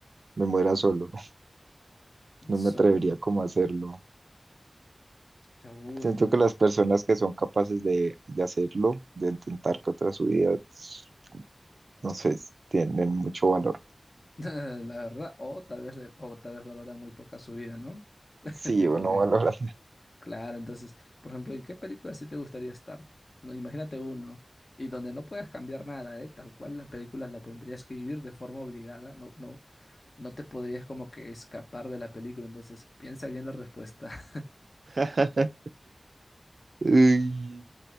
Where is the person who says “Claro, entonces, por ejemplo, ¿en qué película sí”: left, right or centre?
Left